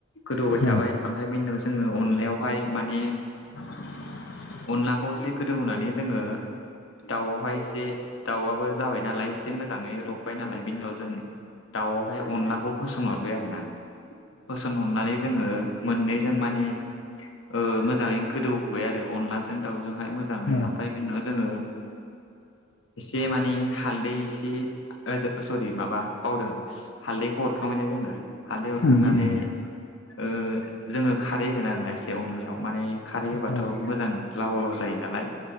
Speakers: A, on the left; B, on the left.
A: गोदौबाय थाबाय
B: औ
A: ओमफ्राय बे उनाव जोङो अनलायावहाय माने
B: <inaudible>
A: अनलाखौ एसे गोदौहोनै जोङो दाउआवहाय एसे दाउआबो जाबाय नालाय एसे मोजाङै रबबाय नालाय बेनि उनाव जों दाउआवहाय अनलाखौ होसन हरबाय आरोना होसनहरनानै जोङो मोननै माने ओलमोजाङै गोदौ होबाय आरो अनला जों दाउजोंहाय मोजाङै
B: औ
A: ओमफ्राय बिनि उनाव जोङो एसे मानि हालदै एसे ओ सरि माबा बावदों हालदैखौ हरखांबायना जोङो हालदै हरखांनानै
B: उम उम
A: ओ जोङो खारै होगोन आरोना एसे अनलायाव माने खारै होबाथ
B: औ
A: मोजां लाव लाव जायो नालाय